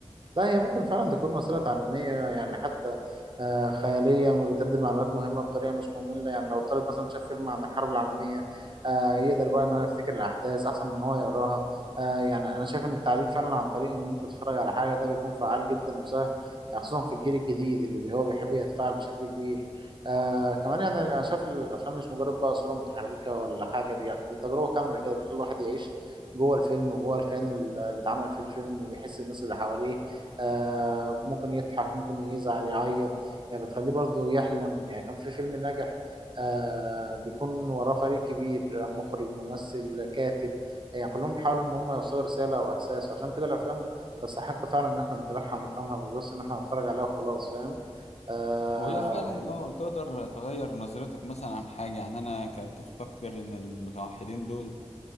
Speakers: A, on the right; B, on the left.
A: لا هي ممكن فعلا تكون وسيلة تعليمية يعني حتى آه، خيالية ما بتقدم معلومات مهمة بطريقة مش مملة يعني لو الطالب مثلا شاف فيلم عن الحرب العالمية آه، يقدر بقى إن هو يفتكر الأحداث أحسن من إن هو يقراها آه، يعني أنا شايف إن التعليم فعلا عن طريق إن أنت تتفرج على حاجة ده بيكون فعال جدا وسهل يعني خصوصا في الجيل الجديد اللي بي- هو بيحب يتفاعل بشكل كبير آه كمان يعني أنا شايف الأفلام مش مجرد بقى صورة متحركة ولا حاجة دي, دي تجربة كاملة كده بتخلي الواحد يعيش جوه الفيلم وجوه الكيان اللي اتعمل في الفيلم ويحس الناس اللي حواليه آه ممكن يضحك ممكن يزعل يعيط يعني بتخليه برضه يحلم يعني كان في فيلم ناجح آه بيكون وراه فريق كبير مخرج ممثل كاتب يعني كلهم بيحاولوا ان هم يوصلوا رسالة او احساس وعشان كده الافلام تستحق فعلا ان احنا نتابعها ونفهمها مش بس ان احنا نتفرج عليها وخلاص فاهم آه
B: وهي فعلا اه تقدر تغير نظرتك مثلا عن حاجة يعني انا كنت افكر ان المتوحدين دول